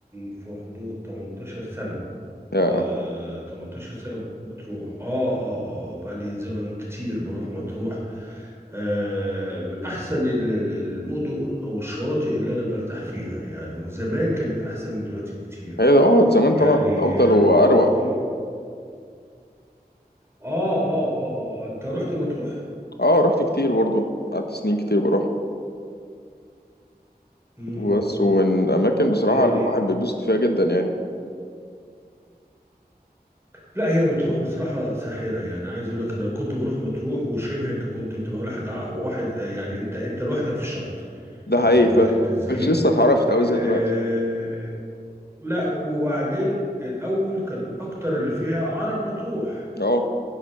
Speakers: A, on the right; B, on the left.
A: في حدود 18 سنة
B: يا
A: آه، 18 سنة بروح مطروح اه اه اه بقالي زمن كتير بروح مطروح آه من احسن ال- ال- المدن او الشواطئ اللي انا برتاح فيها يعني وزمان كانت احسن من دلوقتي بكتير
B: هي ده اه زمان
A: يعني
B: طبعا كنت أفضل وأروق
A: آه، مطروح دي اه اه اه اه آه، انت رحت مطروح؟
B: اه رحت كتير برضه قعدت سنين كتير بروح
A: امم
B: بس ومن أماكن بصراحة
A: يعني
B: اللي الواحد بيتبسط فيها جدا يعني
A: لا هي مطروح بصراحة ساحرة يعني عايز اقول لك انا كنت بروح مطروح وشبه انت كنت بتبقى واحد أع- واحد آه، يعني انت انت لوحدك في الشط
B: ده
A: واخد
B: حقيقي
A: بالك
B: ف
A: انت ازاي
B: مش لسه اتعرفت أوي زي
A: آه
B: دلوقتي
A: لا وبعدين الاول كان اكتر اللي فيها عرب مطروح
B: اه